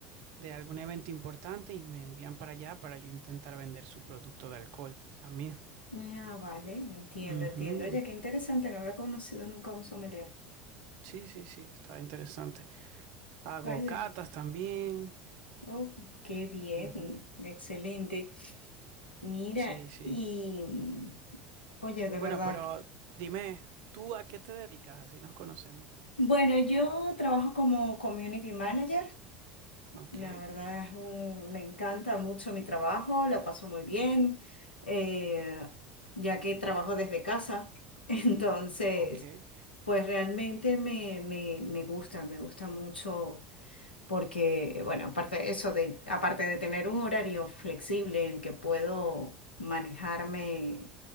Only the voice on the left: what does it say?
Ah, vale, entiendo,
entiendo. Oye, qué interesante, no había conocido nunca a un sommelier.
Oye,
oh, qué bien,
excelente. Mira,
y mm, oye, de
verdad.
que-
Bueno, yo trabajo como community manager.
La verdad es un, me encanta mucho mi trabajo, la paso muy bien, eh, ya que trabajo desde casa. <laughs> Entonces,
pues realmente me, me, me gusta, me gusta mucho porque, bueno, aparte de eso de, aparte de tener un horario flexible en que puedo manejarme.